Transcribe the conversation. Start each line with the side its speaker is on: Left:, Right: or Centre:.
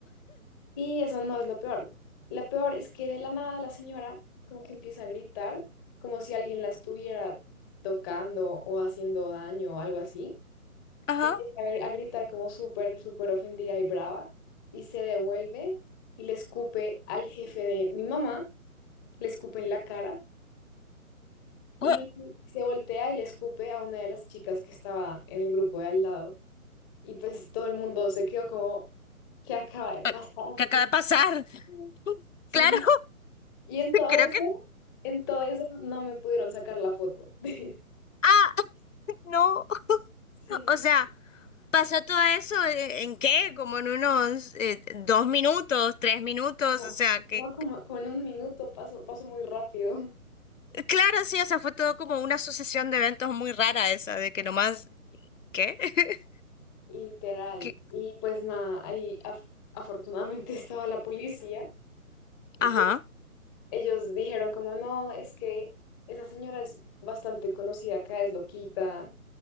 Centre: y eso no es lo peor. Lo peor es que de la nada la señora como que empieza a gritar, como si alguien la estuviera tocando o haciendo daño o algo así.
Left: ajá.
Centre: empieza a gr- a gritar como súper, súper ofendida y brava, y se devuelve y le escupe al jefe de mi mamá, le escupe en la cara, y
Left: Ue,
Centre: se voltea y le escupe a una de las chicas que estaba en el grupo de al lado. Y pues todo el mundo se quedó como, ¿qué acaba de pasar?
Left: eh, ¿Qué acaba
Centre: <laughs>
Left: de pasar? <laughs>
Centre: Sí,
Left: Claro,
Centre: y en
Left: <laughs>
Centre: todo
Left: creo
Centre: eso,
Left: que...
Centre: en todo eso no me pudieron sacar la foto. <laughs>
Left: Ah, <laughs> no.
Centre: Sí, sí,
Left: O sea,
Centre: sí.
Left: pasó todo eso eh, en qué? Como en unos eh, dos minutos, tres minutos.
Centre: Como,
Left: O sea, que...
Centre: no, como, como en un minuto pasó, pasó muy rápido.
Left: Claro, sí, o sea, fue todo como una sucesión de eventos muy rara esa, de que nomás... ¿Qué? <laughs>
Centre: Literal.
Left: ¿Qué?
Centre: Y pues nada, ahí af- afortunadamente <laughs> estaba la policía y
Left: Ajá.
Centre: pues ellos dijeron como no, es que esa señora es bastante conocida acá, es loquita,